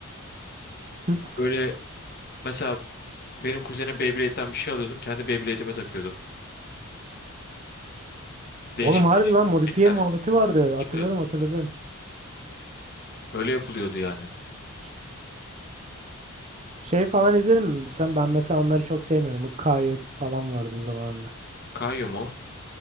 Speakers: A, on the right; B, on the left.
A: <laughs>
B: Böyle mesela benim kuzenim Beyblade'den bir şey alıyordum. Kendi Beyblade'ime takıyordum. Değişik
A: Oğlum harbi lan modifiye
B: bir
A: muhabbeti vardı.
B: tercih.
A: Hatırladım hatırladım.
B: Öyle yapılıyordu yani.
A: Ş- Şey falan izledim mi? Sen ben mesela onları çok sevmiyordum. Bu Kayu falan vardı zamanında.
B: Kayu mu?